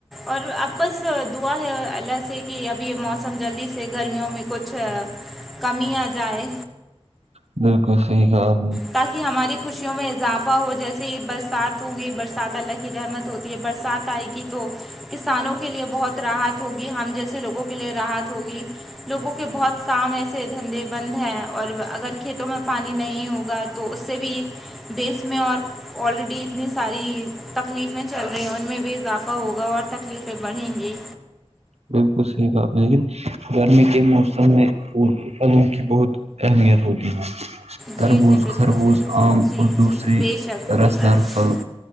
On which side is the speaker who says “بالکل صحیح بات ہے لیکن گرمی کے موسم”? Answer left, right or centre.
Right